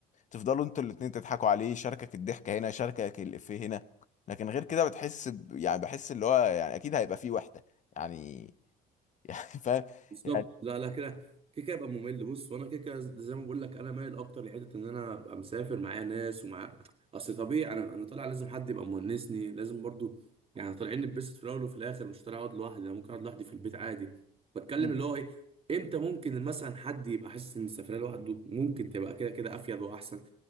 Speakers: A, on the left (about 45°); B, on the right (about 35°).
A: تفضلوا انتوا الاتنين تضحكوا عليه يشاركك الضحكة هنا يشاركك الإفيه هنا لكن غير كده بتحس ب... يعني بحس اللي هو يعني أكيد هيبقى فيه وحدة يعني <laughs> يعني فاهم
B: بالظبط
A: يعني
B: لا لا كده كده كده يبقى ممل بص وانا كده كده زي ما بقول لك انا مايل اكتر لحته ان انا ابقى مسافر معايا ناس ومع اصل طبيعي انا انا طالع لازم حد يبقى مونسني لازم برضو يعني طالعين نتبسط في الاول وفي الاخر مش طالع اقعد لوحدي انا ممكن اقعد لوحدي في البيت عادي بتكلم
A: مم.
B: اللي هو ايه امتى ممكن مثلا حد يبقى حاسس ان السفريه لوحده ممكن تبقى كده كده افيد واحسن